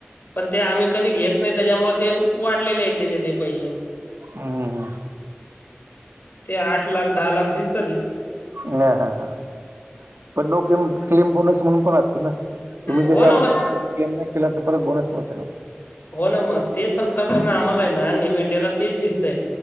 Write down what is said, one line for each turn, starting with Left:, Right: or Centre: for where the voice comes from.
Left: पण ते आम्ही कधी घेत नाही त्याच्यामुळे ते वाढलेले आहे त्याचे ते पैसे
Right: हम् हम हम
Left: ते आठ लाख दहा लाख दिसत ते
Right: हा हा पण नो क्ले क्लेम बोनस पण असतो ना तुम्ही जर
Left: हो
Right: या
Left: ना मग.
Right: वर्षी क्लेम नाय केला तर परत बोनस मिळतो का
Left: हो ना मग तेच आतापर्यंत आम्हाला हाय ना न्यू इंडियाला तेच दिसतंय